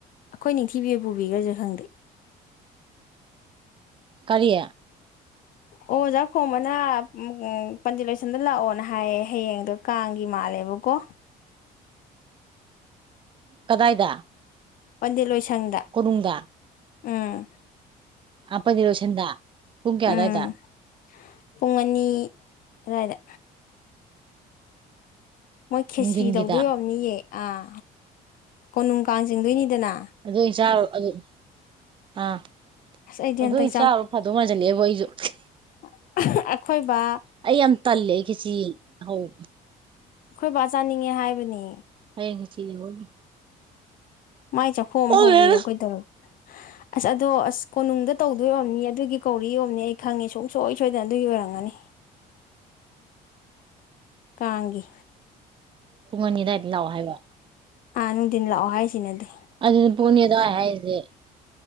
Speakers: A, on the left; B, on the right.
A: ꯑꯈꯣꯏ ꯅꯤꯡꯊꯤꯕꯤ ꯑꯣꯏ ꯄꯨꯕꯤꯒ꯭ꯔꯖꯤꯔꯥ ꯈꯪꯗꯦ
B: ꯀꯔꯤ
A: ꯑꯣ ꯑꯣꯖꯥ ꯈꯣꯝꯕꯅ ꯎꯝ ꯄꯟꯗꯤꯠ ꯂꯣꯏꯁꯪꯗ ꯂꯥꯛꯑꯣꯅ ꯍꯥꯏꯌꯦ ꯍꯌꯦꯡꯗꯣ ꯀꯥꯡꯒꯤ ꯃꯥꯜꯂꯦꯕꯀꯣ
B: ꯀꯗꯥꯏꯗ?
A: ꯄꯟꯗꯤꯠ ꯂꯣꯏꯁꯪꯗ꯫
B: ꯀꯣꯅꯨꯡꯗ?
A: ꯎꯝ
B: ꯑꯥ ꯄꯟꯗꯤ ꯂꯣꯏꯁꯤꯟꯗ ꯄꯨꯡ ꯀ꯭ꯌꯥ
A: ꯎꯝ
B: ꯑꯗꯥꯏꯗ?
A: ꯄꯨꯡ ꯑꯅꯤ ꯑꯗ꯭ꯋꯥꯏꯗ ꯃꯣꯏ ꯈꯦꯆ꯭ꯔꯤ
B: ꯅꯨꯡꯊꯤꯟꯒꯤꯗ
A: ꯇꯧꯗꯣꯏ ꯑꯣꯝꯅꯤꯌꯦ ꯑꯥ ꯀꯣꯅꯨꯡ ꯀꯥꯡ ꯆꯤꯡꯗꯣꯏꯅꯤꯗꯅ
B: ꯑꯗꯨꯑꯣꯏꯟ ꯆꯥꯔꯨ ꯑꯗꯨ ꯑꯥ
A: ꯑꯁ ꯑꯩꯗꯤ
B: ꯑꯗꯨꯑꯣꯏꯟ
A: ꯍꯟꯇꯛ
B: ꯆꯥꯔꯨ ꯐꯗꯣꯏ ꯃꯥꯖꯤꯜꯂꯛꯑꯦꯕ ꯑꯩꯁꯨ <unintelligible>
A: <unintelligible> ꯑꯩꯈꯣꯏꯕ
B: ꯑꯩ ꯌꯥꯝ ꯇꯜꯂꯦ ꯈꯦꯆ꯭ꯔꯤ ꯍꯧꯕ
A: ꯑꯈꯣꯏ ꯕꯥ ꯆꯥꯅꯤꯡꯉꯦ ꯍꯥꯏꯕꯅꯤ
B: ꯍꯌꯦꯡ ꯈꯦꯆ꯭ꯔꯤꯗꯦ ꯑꯣꯏꯅꯤ
A: ꯃꯥꯏ ꯆꯥꯛꯈꯣꯝ
B: ꯈꯪꯗꯦꯗ
A: ꯑꯝ ꯍꯧꯕꯤꯔꯣ ꯀꯩꯗꯧꯔ ꯑꯁ ꯑꯗꯣ ꯑꯁ ꯀꯣꯅꯨꯡꯗ ꯇꯧꯗꯣꯏ ꯑꯣꯏꯑꯝꯅꯤꯌꯦ ꯑꯗꯨꯒꯤ ꯀꯧꯔꯤ ꯌꯣꯝꯅꯤ ꯑꯩ ꯈꯪꯉꯤ ꯁꯨꯡꯁꯣꯏ ꯁꯣꯏꯗꯅ ꯑꯗꯨꯒꯤ ꯑꯣꯏꯔꯝꯒꯅꯤ ꯀꯥꯡꯒꯤ
B: ꯄꯨꯡ ꯑꯅꯤ ꯑꯗꯥꯏꯗ ꯂꯥꯛꯑꯣ ꯍꯥꯏꯕ?
A: ꯑꯥ ꯅꯨꯡꯊꯤꯟ ꯂꯥꯛꯑꯣ ꯍꯥꯏꯁꯤꯅꯗꯤ
B: ꯑꯗꯨꯗꯤ ꯄꯨꯡ ꯑꯅꯤ ꯑꯗꯨꯋꯥꯏ ꯍꯥꯏꯁꯤꯗꯤ